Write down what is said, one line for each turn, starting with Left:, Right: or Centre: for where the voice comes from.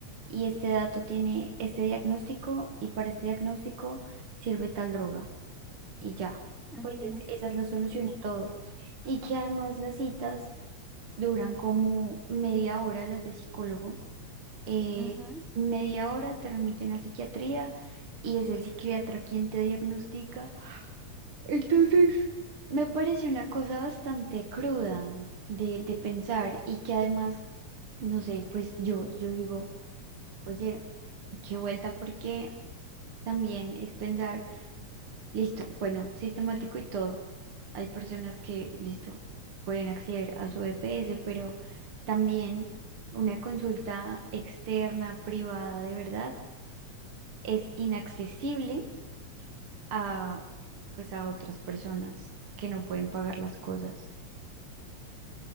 Right: Y este dato tiene este diagnóstico y para este diagnóstico sirve tal droga y ya.
Centre: Ujú,
Right: Pues es- esa es la solución
Centre: Sí,
Right: a todo. Y que además las citas duran como media hora, las de psicólogo eh,
Centre: ujú.
Right: media hora te remiten a psiquiatría y es el psiquiatra quien te diagnostica. Entonces, me parece una cosa bastante cruda de, de pensar y que además, no sé, pues yo, yo digo, oye, qué vuelta porque también es pensar, listo, bueno, sistemático y todo. Hay personas que, listo, pueden acceder a su EPS, pero también una consulta externa, privada, de verdad es inaccesible a, pues, a otras personas que no pueden pagar las cosas.